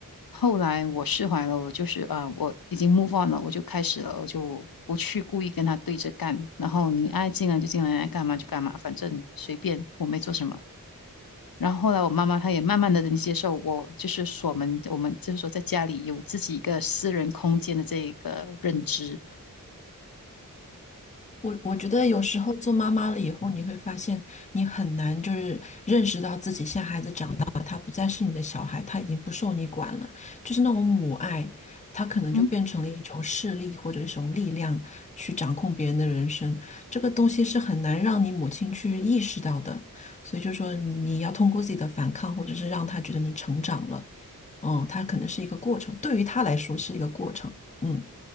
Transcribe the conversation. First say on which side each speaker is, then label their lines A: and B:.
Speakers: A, on the left (about 80°); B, on the left (about 20°).
A: 后来我释怀了，我就是呃我已经 move on 了，我就开始了，我就不去故意跟他对着干。然后你爱进来就进来，爱干嘛就干嘛，反正随便，我没做什么。然后后来我妈妈她也慢慢的能接受我，就是锁门，我们就是说在家里有自己一个私人空间的这一个认知。
B: 我我觉得有时候做妈妈了以后，你会发现你很难就是认识到自己现在孩子长大了，他不再是你的小孩，他已经不受你管了，就是那种母爱，他可能就变成了一种势力或者一种力量去掌控别人的人生，
A: 嗯。
B: 这个东西是很难让你母亲去意识到的，所以就说你你要通过自己的反抗，或者是让他觉得你成长了，嗯，他可能是一个过程，对于他来说是一个过程，嗯，